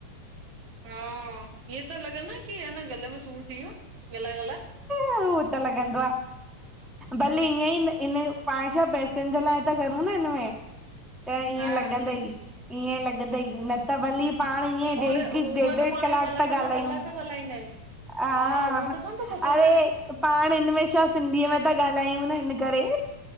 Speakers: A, on the right; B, in the centre.
A: हां हीअं तो लगे न कि अंन गले में सूर थी वयो ॻालाए-ॻालाए।
B: हू त लगदों आ, भली ईअं ई इन्हें पाण छा पैसन जे लाय ता करूं न हिन में त ईंअ
A: हा,
B: लगंदई, ईंअं लग लगंदई न त भली पाण ईअं वेही
A: और
B: हिक हिक
A: हूअं
B: ॾेढ-ॾेढ
A: त पाण
B: कलाक
A: कलाकनि
B: ता गालायूं।
A: जा कलाक ॻाल्हाईंदा आहियूं।
B: आहा
A: हा, हूअं त कोन थो पतो
B: अरे
A: पए।
B: पाण हिंन में छा सिंधीअ में ता गालायूं न हिन करे।